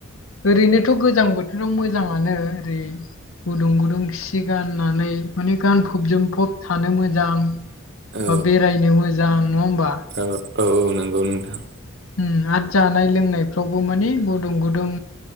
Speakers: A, on the left (about 80°); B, on the right (about 55°).
A: ओरैनोथ' गोजां बोथोराव मोजाङानो ओरै गुदुं गुदुं सि गाननानै माने गानफब जोमफब थानो मोजां
B: औ
A: ओ बेरायनो मोजां नङा होमबा?
B: औ औ औ नंगौ नोंथां।
A: उम आत नाय लोंनायफ्रावबो मानि गुदुं गुदुं।